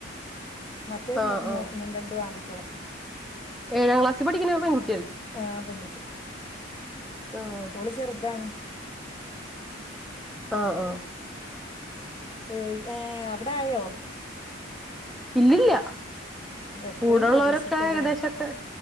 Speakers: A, on the left; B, in the centre.
A: മറ്റേ
B: ആഹ്
A: മൊ
B: ആഹ്
A: രണ്ടു ആൺകുട്ട്യാളാ
B: ഏഴാം ക്ലാസി പഠിക്ക്‌ണ പെൺകു
A: ആപെൺകു
B: ആഹ്
A: ഓള് ചെറുതാണ്
B: ആആ
A: വേ ഏ അവിടെ ആയോ
B: ഇല്ലില്ല
A: എപ്പഴും
B: കൂടെള്ളവരൊക്കെ
A: പ്രതീക്ഷിക്കല്ലേ
B: ഏകദേശൊക്കെ